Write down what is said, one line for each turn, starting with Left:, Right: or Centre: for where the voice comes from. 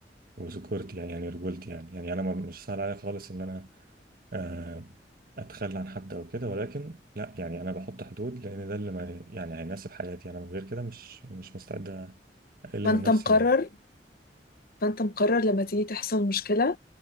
Right: وذكورتي يعني يعني رجولتي يعني يعني انا ما- مش سهل عليا خالص ان انا آه، اتخلى عن حد او كده ولكن لا يعني انا بحط حدود لان ده اللي ما يعني هيناسب حياتي انا من غير كده مش مش مستعد اقل
Left: فانت
Right: من نفسي
Left: مقرر
Right: يعني
Left: فانت مقرر لما تيجي تحصل مشكله